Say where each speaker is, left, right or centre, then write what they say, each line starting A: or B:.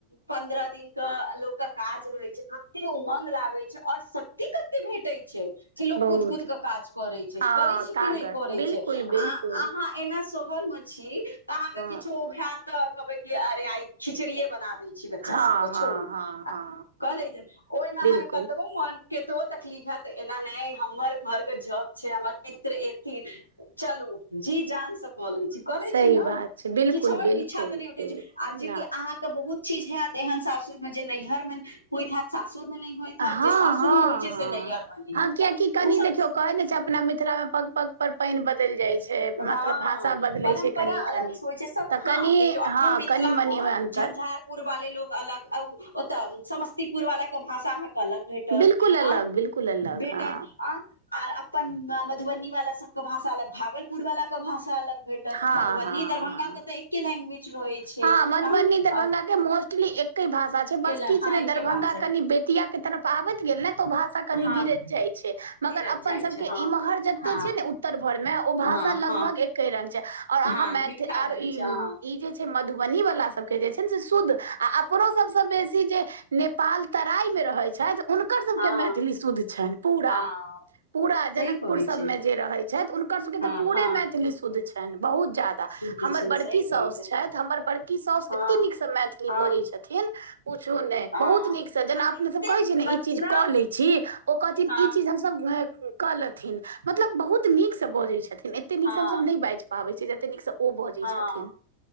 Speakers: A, on the left; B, on the right.
A: पन्द्रह दिनक के लोक के काज रहै छै कते उमङ्ग लागै छै आओर स <unintelligible> थी कते भेटै छै कि लोग
B: बहुत
A: कूद कूद
B: नीक
A: के काज करै छै
B: हँ
A: करै छै
B: तागत
A: कि नहि करै
B: बिल्कुल
A: छै आ
B: बिल्कुल
A: अहाँ एना शहर मे छी तऽ अहाँके
B: हँ
A: किछो हैत तऽ कहबै की अरे आइ खिचड़ीेये बना देै छी बच्चा
B: हँ
A: सबके
B: हँ
A: छोड़ू आ
B: हँ हँ
A: कहलै जे ओहिमे
B: बिल्कुल
A: अहाँके कतबो मन केतबो तकलिफ हैत तऽ एना ने हमर घरके जप छै हमर मित्र कि चलू जी जानसँ कऽ लै छी कऽ लै
B: सही
A: छी ने
B: बात छै बिल्कुल
A: छोट
B: बिल्कुल
A: पीछा तऽ नहि उठै
B: बिल्कुल
A: छै आ जेकि
B: न
A: अहाँके बहुत चीज हैत एहन सासुर मे जे नैहर मे होइत हैत सासुर मे नहि होइत
B: हँ
A: हैत जे सासुर
B: हँ
A: मे होइत छै
B: हँ
A: से नैहर मे नहि
B: हँ
A: होइत
B: कियकि
A: हैत
B: कनि
A: तऽ ओसभ
B: देखियौ कहै ने छै अपना मिथिला मे पग पग पर पानि बदल जाय छै ए तऽ
A: हँ
B: मतलब भाषा बदलै
A: परम्परा
B: छै कनी
A: अलग
B: कनी
A: होइ छै सब
B: तऽ
A: हँ
B: कनी
A: देखियौ अपनो
B: हँ
A: मिथिला
B: कनी मनी
A: मे
B: ओकरा
A: झंझारपुर वाले लोग अलग आ उ ओते समस्तीपुर वाला के भाषा अहाँ के अलग भेटत
B: बिलकुल अलग
A: आ
B: बिलकुल अलग
A: भेटत
B: हँ
A: आ आर अपन मधुबनी वाला सब के भाषा अलग भागलपुर वाला के भाषा अलग भेटत
B: हँ
A: मधुबनी
B: हँ
A: दरभंगा
B: हँ
A: के तऽ एके लैंग्वेज रहै छै
B: हँ मधुबनी दरभंगा
A: आ
B: के मोस्टली एके भाषा छै बस
A: केल
B: किछु
A: हँ
B: ने
A: एके
B: दरभंगा
A: भाषा
B: कनि बे तिया के तरफ आबैत गेल ने तऽ ओ भाष कनी
A: हँ
B: गिरैत जाइ छै मगर
A: कीरत
B: अपन
A: जाइ
B: सब
A: छै
B: के
A: हँ
B: इम्हर जते
A: हँ
B: छै ने उत्तर भर मे ओ भाषा
A: हँ
B: लगभग
A: हँ
B: एके रंग छै और अहाँ
A: हँ
B: मैथ
A: मिठ्ठा
B: आर
A: रहै
B: ई
A: छै हँ
B: मधुबनी वला सबके जे छै ने से शुद्ध आ अपनो सबसँ बेसी जे नेपाल तराईमे रहै छथि हुनकर सभके
A: हँ
B: मैथिली शुद्ध छनि पूरा
A: हँ
B: पूरा जनकपुर
A: सही कहै
B: सबमे
A: छै
B: जे रहैत छथि हुनकर सभके
A: हँ
B: तऽ पूरे
A: हँ
B: मैथिली शुद्ध छनि बहुत जादा हमर
A: शुद्ध छै
B: बड़की
A: सही
B: साउसु
A: कहै छै
B: छथि हमर बड़की साउसु
A: हँ
B: एतेक नीकसँ मैथिली
A: हँ
B: बजै छथिन कुछो नहि
A: हँ
B: बहुत नीकसँ जेना
A: आर
B: अपने
A: एते
B: सब कहै छियै ने ई
A: मतलब
B: चीज कऽ लै छी ओ कहथिन
A: हँ
B: ई चीज हम कऽ लेथिन मतलब बहुत नीक से बजै छथिन एते नीक
A: हँ
B: से हमसब नहि बाजि छी पाबै छै जतेक नीकसँ ओ बजै
A: हँ
B: छथिन